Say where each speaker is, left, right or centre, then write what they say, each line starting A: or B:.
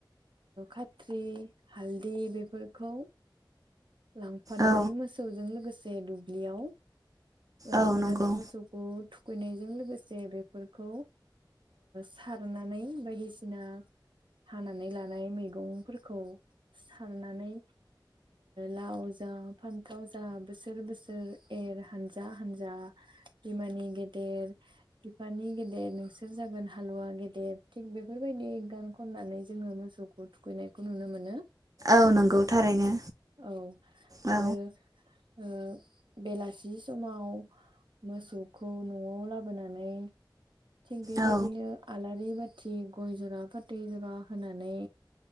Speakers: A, on the right (about 80°); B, on the right (about 45°).
A: खाथ्रि हालदै बेफोरखौ। लांफानानै
B: औ
A: मोसौजों लोगोसे दुब्लियाव लांफानानै
B: औ नंगौ
A: मोसौखौ थु खैनायजों लोगोसे बेफोरखौ सारनानै बायदिसिना हानानै लानाय मैगंफोरखौ सारनानै लाव जा फान्थाव जा बोसोर बोसोर एर हान हानजा हान्जा बिमानि गेदेर बिफानि गेदेर नोंसोर जागोन हालुवा गेदेर थिग बेफोरबायदि गान खननानै जोङो मोसौखौ थुखैनायखौ नुनो मोनो
B: औ नंगौ थारैनो
A: औ
B: औ
A: आरो ओ बेलासि समाव मोसौखौ न'आव लाबोनानै थिग बेबायदिनो
B: औ
A: आलारि बा थि गय जरा फाथै जरा होनानै